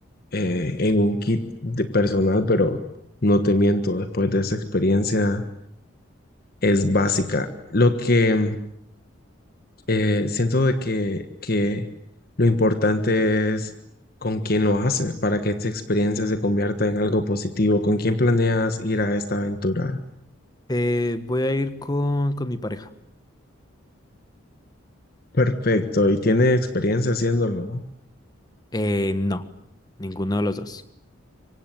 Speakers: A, on the left (about 45°); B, on the left (about 20°).
A: eh, en un kit de personal, pero no te miento, después de esa experiencia es básica. Lo que eh, siento de que, que lo importante es con quién lo haces para que esta experiencia se convierta en algo positivo, con quién planeas ir a esta aventura.
B: Eh, voy a ir con, con mi pareja.
A: Perfecto, y tiene experiencia haciéndolo.
B: Eh, no, ninguno de los dos.